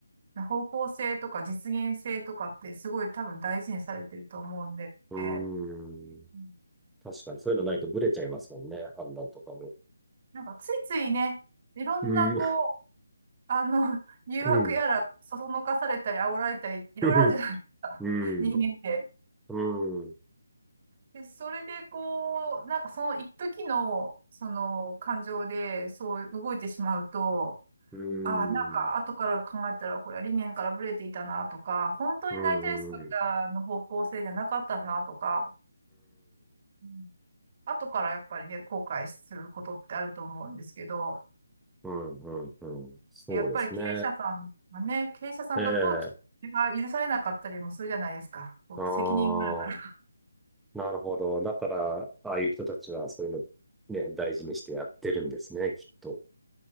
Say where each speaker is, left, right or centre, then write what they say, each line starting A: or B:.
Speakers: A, on the right; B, in the centre.
A: 方向性とか実現性とかってすごい多分大事にされてると思うんで、
B: うー
A: う
B: ん。
A: ん
B: 確かに。そういうのないとブレちゃいますもんね。判断とかも。
A: なんかついついね、いろんなこう、
B: うーん。
A: あの、<laughs> 誘惑やら、
B: うん。
A: そそのかされたり、煽られたり、いろいろあるじゃないですか、
B: うん。うん。
A: <laughs> 人間って。
B: うん。
A: で、それでこう、なんかその一時の、その感情で、そう動いてしまうと、
B: うん。
A: ああ、なんか、
B: うん。
A: 後から考えたら、これは理念からブレていたなとか、本当になりたい姿の方向性じゃなかったなとか、
B: うん。うん。
A: うん後からやっぱりね、後悔することってあると思うんですけど、
B: うん。うん。そうですね。
A: やっぱり経営者さんがね、経営者さんだと、
B: ええ、
A: ちょっとそれが許されなかったりもするじゃないですか。こう責任があるから。
B: ああ、なるほど。だから、ああいう人たちはそういうのね、大事にしてやってるんですね、きっと。